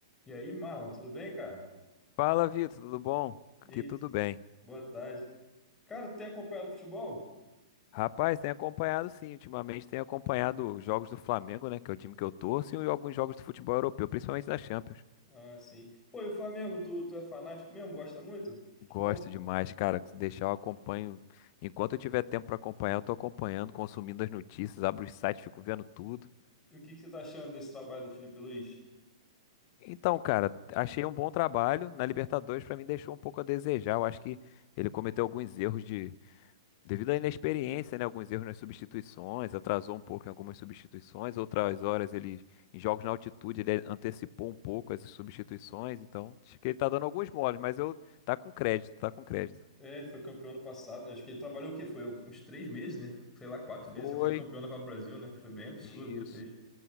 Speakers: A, on the left; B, on the left.
A: E aí, Marlon, tudo bem, cara?
B: Fala, Vitor, tudo bom? Aqui
A: E aí,
B: tudo
A: tu-
B: bem.
A: boa tarde. Cara, tu tem acompanhado futebol?
B: Rapaz, tem acompanhado sim, ultimamente tem acompanhado os jogos do Flamengo, né, que é o time que eu torço, e alguns jogos do futebol europeu, principalmente da Champions.
A: Ah, sim. Pô, e o Flamengo, tu, tu é fanático mesmo? Gosta muito de futebol?
B: Gosto demais, cara, se deixar eu acompanho. Enquanto eu tiver tempo pra acompanhar, eu tô acompanhando, consumindo as notícias, abro os sites, fico vendo tudo.
A: E o que que você tá achando desse trabalho do Felipe Luiz?
B: Então, cara, achei um bom trabalho na Libertadores, pra mim deixou um pouco a desejar. Eu acho que ele cometeu alguns erros de Devido à inexperiência, né, alguns erros nas substituições, atrasou um pouco em algumas substituições, outras horas ele, em jogos na altitude, ele antecipou um pouco as substituições, então acho que ele tá dando alguns moles, mas eu tá com crédito, tá com crédito.
A: É, ele foi campeão ano passado, né? Acho que ele trabalhou o quê? Foi uns três meses, né? Sei lá, quatro meses,
B: Foi.
A: já foi campeão da Copa do Brasil, né? Foi bem absurdo
B: Isso.
A: o que ele fez.